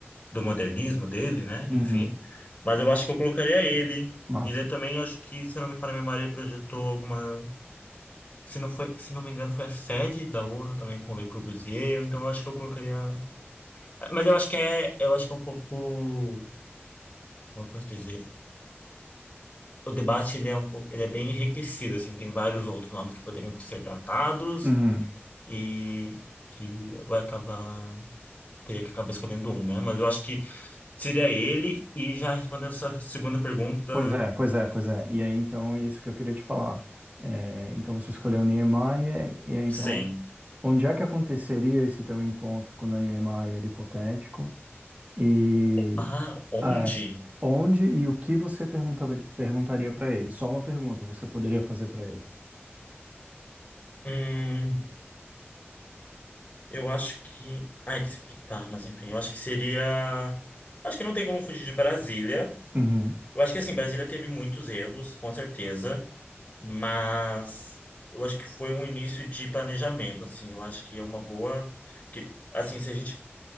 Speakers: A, on the left (about 35°); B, on the right (about 35°).
A: do modernismo dele, né?
B: uhum.
A: Enfim. Mas eu acho que eu colocaria ele.
B: Massa.
A: Ele é também, acho que, se eu não me falha a memória, ele projetou alguma. Se não foi, se não me engano, foi a sede da ONU também com o Le Corbusier, então eu acho que eu colocaria. Mas eu acho que é, eu acho que é um pouco, como eu posso dizer? O debate ele é um pouco, ele é bem enriquecido assim, tem vários outros nomes que poderiam ser tratados
B: Uhum.
A: e que vai acabar, teria que acabar escolhendo um, né? Mas eu acho que Seria ele, e já respondendo a sua segunda pergunta,
B: Pois é, pois é, pois é. E aí, então, é isso que eu queria te falar. É, então, você escolheu Niemeyer, e aí, então,
A: Sim.
B: onde é que aconteceria esse teu encontro com o Niemeyer hipotético? E
A: Ah, onde?
B: é, onde e o que você pergunta, perguntaria para ele? Só uma pergunta você poderia fazer para ele.
A: Hum, eu acho que. Ai, que se- tá, mas enfim, eu acho que seria. Acho que não tem como fugir de Brasília.
B: Uhum.
A: Eu acho que assim, Brasília teve muitos erros, com certeza, mas eu acho que foi um início de planejamento, assim. Eu acho que é uma boa. Porque, assim, se a gente